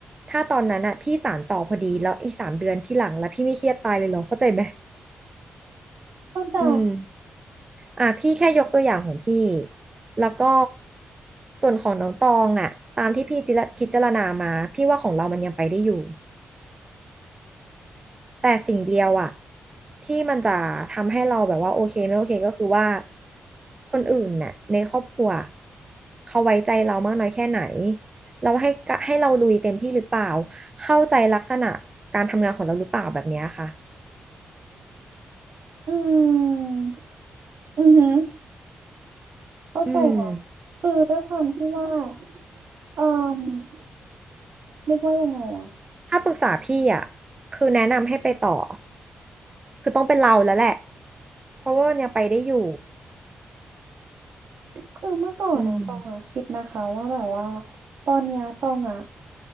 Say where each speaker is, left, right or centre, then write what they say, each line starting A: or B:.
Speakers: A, on the right; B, on the right.
A: ถ้าตอนนั้นอะพี่สานต่อพอดีแล้วอีกสามเดือนที่หลังแล้วพี่ไม่เครียดตายเลยเหรอเข้าใจไหม
B: เข้าใจ
A: อืม อ่ะพี่แค่ยกตัวอย่างของพี่แล้วก็ส่วนของน้องตองอ่ะตามที่พี่จิระพิจารณามาพี่ว่าของเรามันยังไปได้อยู่แต่สิ่งเดียวอ่ะที่มันจะทำให้เราแบบว่าโอเคไม่โอเคก็คือว่าคนอื่นน่ะในครอบครัวเขาไว้ใจเรามากน้อยแค่ไหนเราให้กะให้เราลุยเต็มที่หรือเปล่าเข้าใจลักษณะการทำงานของเราหรือเปล่าแบบเนี้ยค่ะ
B: อืมอือหือเข้าใจนะ
A: อืม
B: คือด้วยความที่ว่าเอ่อเรียกว่ายังไงอะ
A: ถ้าปรึกษาพี่อ่ะคือแนะนำให้ไปต่อคือต้องเป็นเราแล้วแหละเพราะว่ามันยังไปได้อยู่
B: คือเมื่อก่อนนะตองอะคิดนะคะว่าแบบว่า
A: อืม
B: ตอนเนี้ยตองอะ